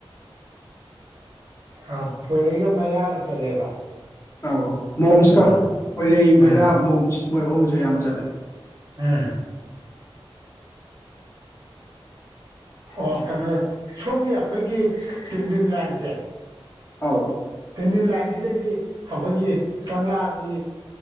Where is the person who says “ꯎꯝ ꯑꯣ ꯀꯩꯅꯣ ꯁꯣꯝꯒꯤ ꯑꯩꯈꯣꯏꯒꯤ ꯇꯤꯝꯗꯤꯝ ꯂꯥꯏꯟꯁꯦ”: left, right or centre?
Right